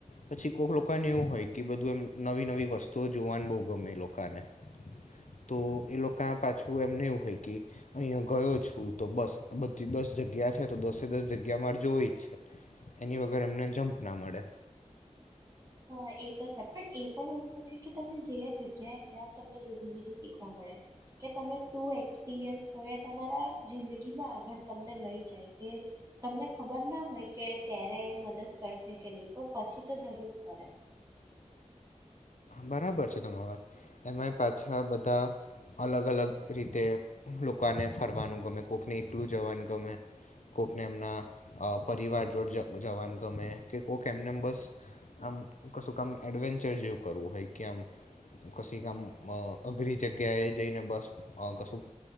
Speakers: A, on the left; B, on the right.
A: પછી કોક લોકાને એવું હોય કે બધું એમ નવી નવી વસ્તુઓ જોવાનું બહુ ગમે એ લોકાને તો એ લોકા પાછું એમને એવું હોય કે અહીંયા ગયો છું તો બસ આ બધી દસ જગ્યા છે તો દસે દસ જગ્યા મારે જોવી જ છે એની વગર એમને જમ્પ ના મળે.
B: હહ એ તો છે પણ એ પણ વસ્તુ છે કે તમે જે જગ્યાએ જાઓ તમને જુદું જુદું શીખવા મળે કે તમે શું એક્સપિરિયન્સ કરો એ તમારા જિંદગીમાં આગળ તમને લઈ જાય કે તમને ખબર ના હોય કે ત્યારે મદદ કરશે કે નહીં પણ પછી તો જરૂર કરે.
A: બરાબર છે તમારી વાત એમાંય પાછા બધા અલગ અલગ રીતે લોકાને ફરવાનું ગમે કોકને એકલું જવાનું ગમે કોકને એમના અ પરિવાર જોડે જવા જવાનું ગમે કે કોક એમને એમ બસ આમ કશુંક આમ એડવેન્ચ ચર જેવું કરવું હોય કે આમ કશીક આમ અ અઘરી જગ્યાએ જઈને બસ અ કશુંક